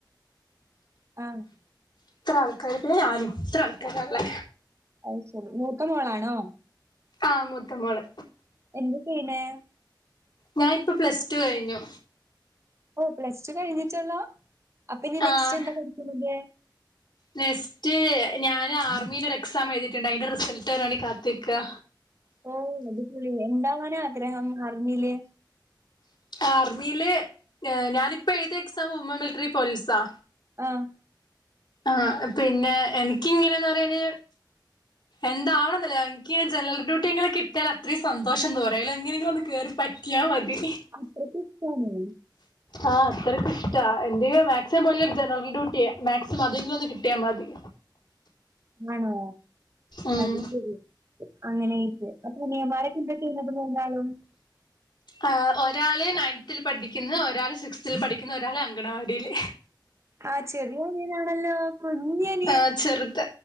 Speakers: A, on the right; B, on the left.
A: ആ
B: ഇത്ര ആൾക്കർ പിന്നെ ഞാനും ഇത്ര ആൾക്കാരാ ള്ളെ
A: അത് ശരി മൂത്ത മോളാണോ
B: ആഹ് മൂത്തമോള്
A: എന്ത് ചെയ്യണേ
B: ഞാൻ ഇപ്പ പ്ലസ് ടു കഴിഞ്ഞു
A: ഓഹ് പ്ലസ് ടു കഴിഞ്ഞിട്ടല്ലോ അപ്പൊ ഇനി
B: ആഹ്
A: നെക്സ്റ്റ് എന്താ പഠിക്കുന്നത്
B: നെക്സ്റ്റ് ഞാന് ആർമിന്റെ ഒരു എക്സാം എഴുതിയിട്ടുണ്ട് അതിന്റെ റിസൾട്ട് വരാൻ വേണ്ടി കാത്തിരിക്കുവ
A: ഓഹ് അത്പൊളി എന്താവനാ ആഗ്രഹം ആർമിയില്
B: ആർമിയില് ഞാനിപ്പോ എഴുതിയ എക്സാം വുമൺ മിലിറ്ററി പോലീസാ
A: ആഹ്
B: ആഹ് പിന്നെ എനിക്കിങ്ങനെന്ന് പറയാന് എന്താവണെന്നല്ലേ എനിക്ക് ജനറൽ ഡ്യൂട്ടി എങ്ങനെ കിട്ടിയൽ അത്രയും സന്തോഷം എന്ന് പറാലോ എങ്ങനെങ്കിലും ഒന്ന് കയറി കിട്ടിയാ മതി
A: അത്രക്ക്ഷ്ടാണോ?
B: ആഹ് അത്രയ്ക്കുഷ്ട്ടാ എന്തെ മാക്സിമം പോയാ ജനറൽ ഡ്യൂട്ടിയ മാക് അതെങ്കിലൊന്ന് കിട്ടിയാ മതി
A: ആണോ?
B: ഉം
A: അത് ശരി അങ്ങനെക്കെ അപ്പൊ അനിയമാരൊക്കെന്താ ചെയ്യുന്നത് മൂന്നാളും?
B: ആ ഒരാള് നയൻത്തില് പഠിക്ക്ന്ന് ഒരാള് സിക്സ്ത്തിൽ പഠിക്കുന്ന് ഒരാള് അങ്കണവാടിയില്
A: ആ ചെറിയനിയണാണല്ലോ കുഞ്ഞനി
B: ആഹ് ചെറുത